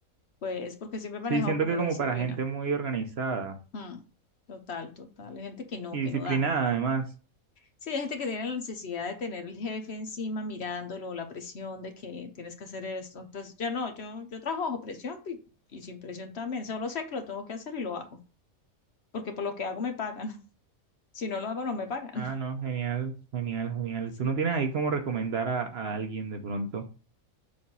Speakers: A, on the left; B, on the right.
A: pues porque siempre he
B: Sí,
A: manejado
B: siento
A: como
B: que
A: la
B: como
A: disciplina.
B: para gente muy organizada
A: Mm, Total, total, hay gente que no,
B: y
A: que
B: disciplinada
A: no da.
B: además.
A: Sí, hay gente que tiene la necesidad de tener el jefe encima mirándolo, la presión de que tienes que hacer esto. Entonces, yo no, yo, yo trabajo bajo presión pi- y, sin presión también. Solo sé que lo tengo que hacer y lo hago, porque por lo que hago me pagan. <laughs> Si no lo hago, no me pagan. <laughs>
B: Ah, no, genial, genial, genial.
A: Sí.
B: ¿Tú no tienes ahí como recomendar a, a alguien de pronto?